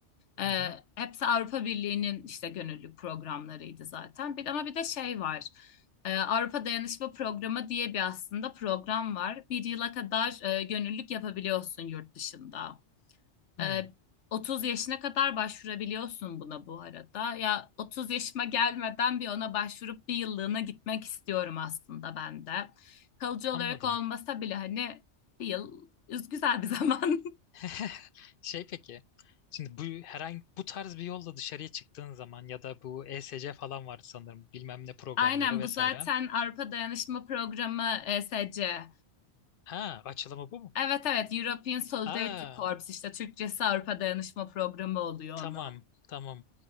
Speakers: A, on the left; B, on the left.
A: Ee,
B: hı hı.
A: hepsi Avrupa Birliği'nin işte gönüllülük programlarıydı zaten. Bir, ama bir de şey var. Ee, Avrupa Dayanışma Programı diye bir aslında program var. Bir yıla kadar e, gönüllülük yapabiliyorsun yurt dışında.
B: Hmm,
A: Ee, 30 yaşına kadar başvurabiliyorsun buna bu arada. Ya 30 yaşıma gelmeden bir ona başvurup bir yıllığına gitmek istiyorum aslında ben de. Kalıcı olarak
B: anladım.
A: olmasa bile hani bir yıl üz- güzel bir <laughs> zaman.
B: <laughs> Şey peki. Şimdi bu herhangi bu tarz bir yolla dışarıya çıktığın zaman ya da bu ESC falan vardı sanırım bilmem ne programları
A: Aynen
B: vesaire.
A: bu zaten Avrupa Dayanışma Programı ESC.
B: Ha açılımı bu mu?
A: Evet evet European Solidarity
B: Aa
A: Corps işte Türkçesi Avrupa Dayanışma Programı oluyor
B: Tamam,
A: onun.
B: tamam.